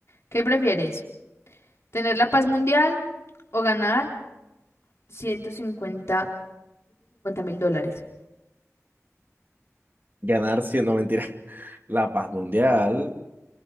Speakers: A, on the left; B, on the right.
A: ¿Qué prefieres? ¿Tener la paz mundial o ganar ciento cincuenta mil dólares?
B: Ganar 100, no mentira. <laughs> La paz mundial